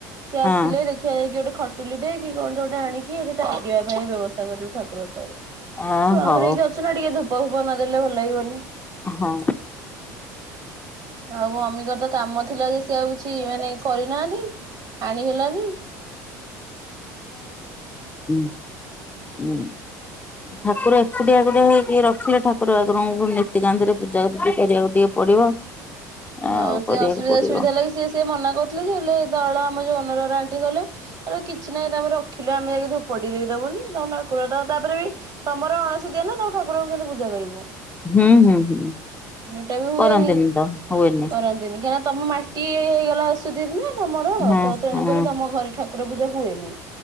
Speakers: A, on the right; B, on the left.
A: ସିଏ
B: ହଁ
A: ଆସିଲେ ଦେ ଯାଇକି ଗୋଟେ ଖଟୁଲି ଟେ କି କଣେ ଗୋଟେ ଆଣିକି ଏଇଠି ଟାଙ୍ଗିବା ପାଇଁ ବ୍ୟବସ୍ଥା କରିବୁ ଠାକୁର ଘରେ।
B: ଆ
A: ଛୁଆଙ୍କୁ
B: ହଉ
A: ନେଇକି ଅଛୁ ନା ଟିକେ ଧୂପ ଫୂପ ନଦେଲେ ଭଲ ଲାଗିବନି।
B: ହଁ।
A: ଆଉ ମମିଙ୍କର ତ କାମ ଥିଲା ଯେ ସିଏ ଆଉ କିଛି ମାନେ କରିନାହାନ୍ତି ଆଣି ହେଲାନି।
B: ହୁଁ। ଠାକୁର ଏକୁଟିଆ ଏକୁଟିଆ ହେଇକି ରଖିଲେ ଠାକୁର ବାକୁରଙ୍କୁ ନୀତିକାନ୍ତିରେ ପୂଜା ପୂଜି କରିବା ଟିକେ ପଡିବ। ଆଉ
A: ହଁ ସେ
B: କରିବାକୁ
A: ଅସୁବିଧା
B: ପଡିବ
A: ସୁବିଧା ଲାଗି ସେ ସେ ମନା କରୁଥିଲେ ଯେ ହେଲେ ତଳ ଆମ ଯୋଉ ଓନର ଆଣ୍ଟି ଗଲେ କହିଲେ କିଛି ନାଇ ତମେ ରଖିଲେ ଆମେ ଯାଇକି ଧୂପ ଟେ ଦେଇଦବୁନି ତମ ଠାକୁର ଟା ତାପରେ ବି ତମର ଅଣସୁଦିଆ ନା ତମ ଠାକୁରକୁ କେମିତି ପୂଜା କରିବୁ
B: ହୁଁ ହୁଁ ହୁଁ
A: ହେଟା ବି ହୁଏନି
B: କରନ୍ତିନି ତ ହୁଏନି।
A: କରନ୍ତିନି କାହିଁକିନା ତମ ମାଟି ହେ ହେଇଗଲା ଅସୁଧି ନା ତମର
B: ହଁ
A: ତ ତେଣୁକରି
B: ହଁ
A: ତମ ଘରେ ଠାକୁ କୁର ପୂଜା ହୁଏନି